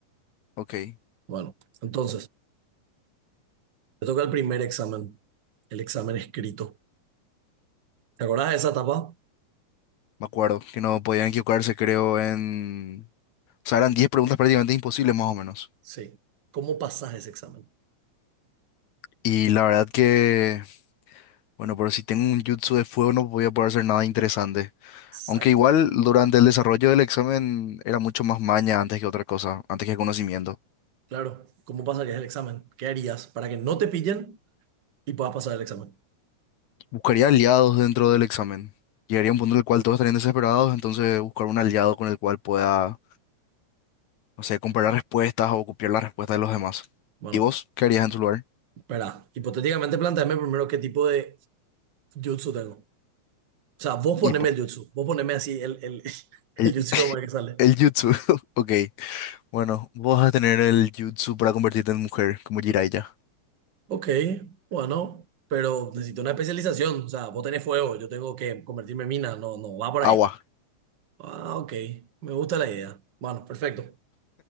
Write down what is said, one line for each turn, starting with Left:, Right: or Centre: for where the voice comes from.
Left: Ok, me
Right: Bueno, entonces, te toca el primer examen, el examen escrito. ¿Te acordás de esa etapa?
Left: acuerdo que no podían equivocarse, creo, en... O sea, eran 10 preguntas prácticamente imposibles, más o menos.
Right: Sí. ¿Cómo pasás ese examen?
Left: Y la verdad que... Bueno, pero si tengo un jutsu de fuego no voy a poder hacer nada interesante.
Right: Exacto.
Left: Aunque igual durante el desarrollo del examen era mucho más maña antes que otra cosa, antes que conocimiento.
Right: Claro, ¿cómo pasarías el examen? ¿Qué harías para que no te pillen y puedas pasar el examen?
Left: Buscaría aliados dentro del examen. Llegaría a un punto en el cual todos estarían desesperados, entonces buscar un aliado con el cual pueda, no sé, comparar respuestas o copiar las respuestas de los demás.
Right: Bueno,
Left: ¿Y vos qué harías en tu lugar?
Right: espera, hipotéticamente planteame primero qué tipo de jutsu tengo. O sea, vos poneme
Left: Y po-
Right: el jutsu, vos poneme así el, el, <laughs>
Left: el,
Right: el jutsu de Omar que sale.
Left: el jutsu. <laughs> Ok. Bueno, vos vas a tener el jutsu para convertirte en mujer, como Jiraiya.
Right: Ok, bueno, pero necesito una especialización. O sea, vos tenés fuego, yo tengo que convertirme en mina. No, no, va por
Left: Agua.
Right: ahí. Ah, ok, me gusta la idea. Bueno, perfecto.